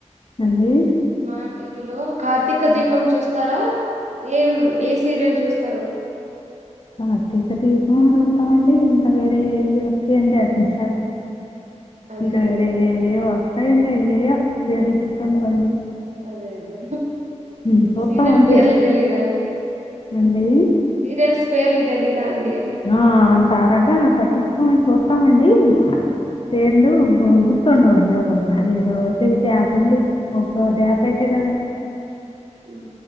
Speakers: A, on the left (about 45°); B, on the right (about 70°).
A: అండి
B: మా టీవీలో కార్తీక దీపం చూస్తారా ఏం ఏ సీరియల్ చూస్తారు
A: ప్రత్యక తీ చూస్తామండి ఇంకా వేరే అ వస్తాయండి అగ్నిష్
B: అదే
A: ఇంకా
B: అదే
A: వేరే వస్తాయండి ఏ పేర్లు గుర్తుండవండి
B: అదే అదే
A: మేము చూస్తాం
B: సీరియల్
A: అంతే
B: పేర్లు తెలియదా అండి
A: అండి
B: సీరియల్స్ పేర్లు తెలిదా అండి అంటున్నా
A: ఆ అంతరాగా పట్టించుకోమడి చూస్తామండి పేర్లు గుర్తుండవండి ఒక్కోసారి ఏదో ద్యాసాండి ఒక ధ్యాస అయితే కదా
B: ఉ